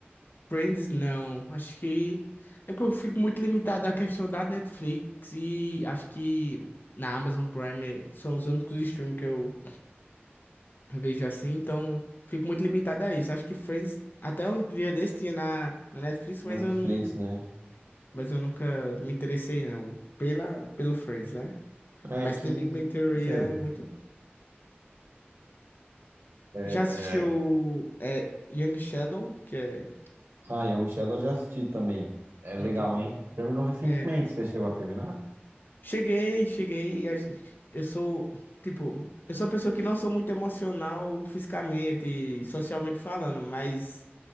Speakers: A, on the left; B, on the right.
A: Friends, não. Acho que. É porque eu fico muito limitado à questão da Netflix e acho que na Amazon Prime são os únicos streams que eu vejo assim, então fico muito limitado a isso. Acho que Friends, até um dia desse tinha na, na Netflix,
B: na
A: mas
B: Netflix,
A: eu não.
B: né?
A: Mas eu nunca me interessei, não. Pela, pelo Friends, né?
B: É
A: Mas
B: que.
A: The Big Bang Theory
B: Sei
A: é
B: lá.
A: muito.
B: É,
A: Já assistiu é, Young Sheldon que é
B: Ah, Young Sheldon eu já assisti também. É legal,
A: muito bom
B: hein?
A: também.
B: Terminou recentemente.
A: É,
B: Você chegou a terminar?
A: cheguei, cheguei. a- Eu sou, tipo, eu sou uma pessoa que não sou muito emocional fisicamente e socialmente falando, mas